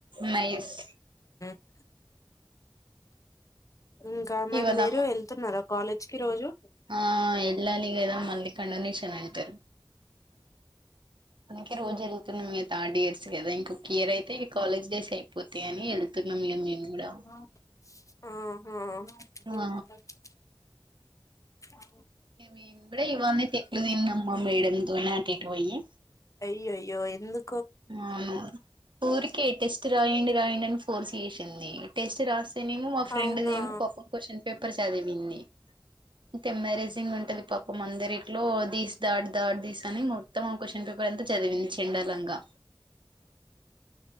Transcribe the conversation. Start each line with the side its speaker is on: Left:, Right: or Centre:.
Right: నైస్
Left: <inaudible> ఇంకా మన
Right: ఇవాళ
Left: మీరు వెళ్తున్నారా కాలే చికి రోజు
Right: ఆ వెళ్ళాలి కదా మళ్ళీ కండర్ నేషన్ అయితే మనకి రోజు వెళ్తున్నాం ఇ థర్డ్ ఇయర్స్ కదా ఇంకొక ఇయర్ అయితే ఇక కాలేజ్ డేస్ అయిపోతా అని వెళ్తున్నాంక మేము కూడా
Left: ఆ ఆహ
Right: ఆ
Left: దండిగ్ ఖర్చు అవు
Right: ఏమే ఇప్పుడే ఇవన్నీ తెట్లు తిన్నాం మా మేడం తోనా ఎటు పోయి
Left: అయ్యో అయ్యో ఎందు
Right: అవును ఊరికే టెస్ట్ రాయండి రాయండి అని ఫోర్స్ చేసింది టెస్ట్ రాస్తేనేమో మా ఫ్రెండ్ది
Left: అవునా
Right: ఏమో పాపం క్వ్చన్ పేపర్ చదివింది అంతే మ్యారేజింగ్ ఉంటది పాప ఒక మందరిట్లో దీస్ దాటి దాటి తెస్తానే ఇంగ మొత్తం క్యూస్షన్ పేపర్ అంతా చదివించిండు చెండలంగా